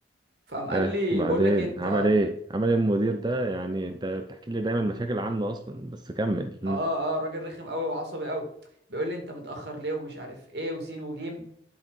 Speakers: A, on the right; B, on the right.
A: فقام قال
B: ف-
A: لي
B: وبعدين
A: بقول لك إيه، انت
B: عمل ايه عمل ايه المدير ده يعني ده بتحكي لي دايما مشاكل عنه اصلا بس كمل مم.
A: اه اه راجل رخم قوي وعصبي قوي بيقول لي انت متاخر ليه ومش عارف ايه وسين وجيم